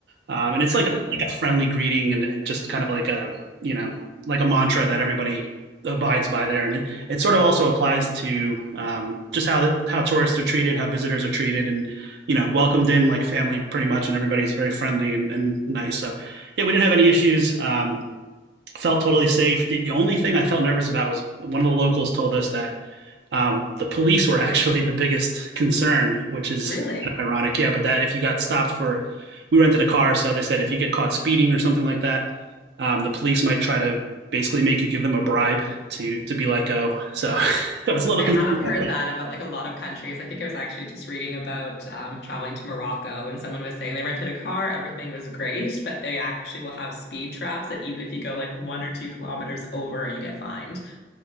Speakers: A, on the right; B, on the left.
A: um, and it's
B: definitely.
A: like a, like a friendly greeting and, and just kind of like a you know like a mantra that everybody abides by there, and it, it sort of also applies to um, just how the, how tourists are treated, how visitors are treated, and you know welcomed in like family pretty much, and everybody's very friendly and, and nice. So yeah, we didn't have any issues. Um, felt totally safe. The, the only thing I felt nervous about was one of the locals told us that um, the police were <laughs> actually the biggest concern, which is
B: Really?
A: kind of ironic. Yeah, but that if you got stopped for, we rented a car, so they said if you get caught speeding or something like that, um, the police might try to basically make you give them a bribe to to be let go. So <laughs> I was a little
B: I
A: concerned
B: have
A: about
B: heard
A: that.
B: that about like a lot of countries. I think I was actually just reading about um, traveling to Morocco, and someone was saying they rented a car, everything was great, but they actually will have speed traps that even if you go like one or two kilometers over, you get fined.